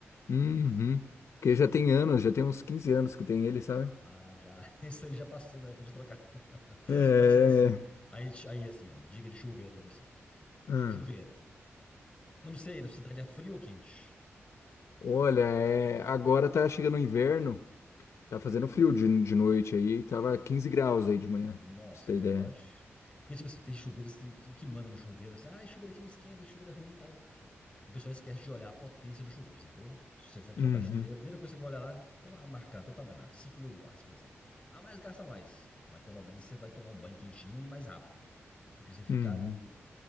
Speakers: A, on the left; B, on the left.
A: Uhum.
B: Isso.
A: Porque já tem anos, já tem uns 15 anos que tem ele, sabe?
B: Ah, já. <laughs> Isso aí já passou da época de trocar. <laughs>
A: É.
B: Mas é assim. Aí, aí assim, ó. Dica de chuveiro pra você.
A: hum.
B: Chuveiro. Eu não sei, na cidade é frio ou quente?
A: Olha, é, agora tá chegando o inverno, tá fazendo frio de, de noite aí, tava 15 graus aí de manhã,
B: Nossa,
A: pra você ter
B: então
A: ideia.
B: pode. Porque, tipo assim, tem chuveiros que, que, que manda no chuveiro, assim, ah, esse chuveiro aqui não esquenta, esse chuveiro é ruim e tal. O pessoal esquece de olhar a potência do chuveiro, sacou? Se você for trocar
A: Uhum,
B: de chuveiro, a primeira coisa que você vai olhar lá, tá lá marcado, tá bem lá, 5 mil watts, por exemplo. Ah, mas gasta mais. Mas pelo menos você vai tomar um banho quentinho e ir mais rápido. Do que você ficar
A: uhum.
B: ali.